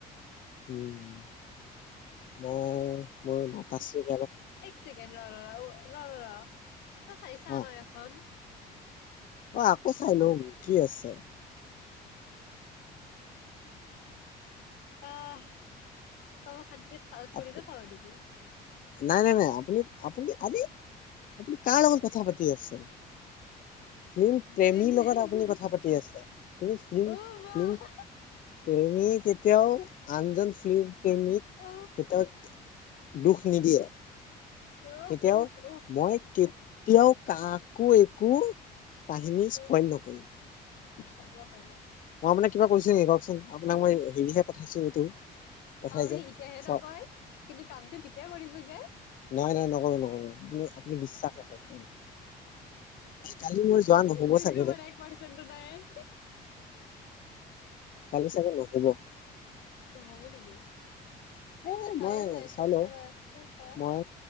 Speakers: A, on the left; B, on the left.
A: উম', মই মোৰ মাতাছিল।
B: এক ছেকেণ্ড ৰ-ৰ, ৰ-ৰ-ৰ, তই চাইছা
A: অ
B: ন এখন।
A: অ', আকৌ চাইলম কি আছে।
B: অহ, তয়ো সন্তিবেদ। থৰি
A: আপ
B: না চাবদিব।
A: নাই নাই নাই আপুনি আপুনি আমি আপুনি কাৰ লগত কথা পাতি আছিল ফিল্ম প্ৰেমীৰ
B: গেৰেণ্টি
A: লগত
B: নাই।
A: আপুনি কথা পাতি আছে কি ফ্ম
B: অ বা
A: ফ্ম প্ৰেমী কেতিয়াও আনজন ফিল্ম প্ৰেমীক
B: উফ
A: দুখ নিদিয়ে
B: উফ
A: কেতিয়াও
B: উফ
A: মই কেতিয়াও
B: উফ
A: কাকো একো কাহিনী
B: উফ
A: স্পণ
B: উফ
A: নকৰো
B: হ'ব হ'ব
A: মই আপোনাক কিবা কৈছো নেকি কওকচোন আপোনাক মই হেৰিহে পঠাইছো এইটো পঠাই
B: আপুনি
A: যে
B: এতিয়াহে
A: চক
B: নকয় কিন্তু কামটো তেতিয় কৰিব যোয়
A: নাই নাই নকৰো নকৰো আপনি আপুনি বিশ্বাস ৰাখক এ, কালি মোৰ যোৱা নহ'ব
B: যোনটো
A: চাগে
B: মান
A: দে
B: এক পাৰচনটো নাই
A: কালি চাগে নহব
B: ত হ'ব নেকি
A: এ
B: চাৰে
A: মই
B: চাৰিটাৰ
A: চাই লওঁ
B: পৰা আছে ত
A: মই